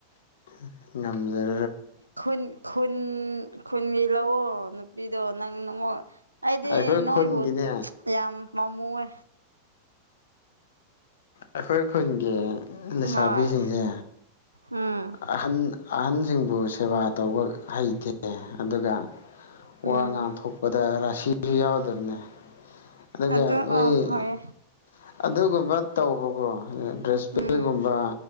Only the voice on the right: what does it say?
ꯈꯨꯟ ꯈꯨꯨꯟ ꯈꯨꯟꯒꯤ ꯂꯩꯑꯣ ꯄꯤꯗꯣ ꯅꯪꯉ ꯑꯩꯗꯤ
ꯅꯣꯏꯕꯨ
ꯌꯥꯝ ꯄꯥꯃꯨꯋꯦ
ꯍꯣꯏ ꯎꯝ
ꯎꯝ
ꯑꯗꯨ
ꯑ ꯍꯣꯏ
ꯎꯝ